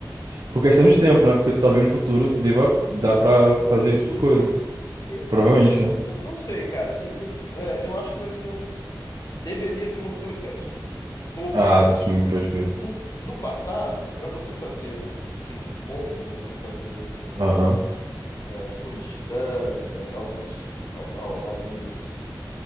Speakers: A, on the right; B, on the left.
A: por questão de tempo, né? Porque talvez no futuro deva dar pra
B: no
A: fazer
B: futuro
A: esse tipo de coisa.
B: pro-
A: Provavelmente,
B: ah,
A: né?
B: não não sei, cara. Assim, no- é, eu acho que vai ser um, deveria ser uma opção estética. Como,
A: Ah,
B: por exemplo,
A: sim, pode crer.
B: no, no passado, para você fazer um um King Kong, para você fazer um,
A: Aham.
B: é, um Fúria de Titãs, é, alguns, al- al- alguns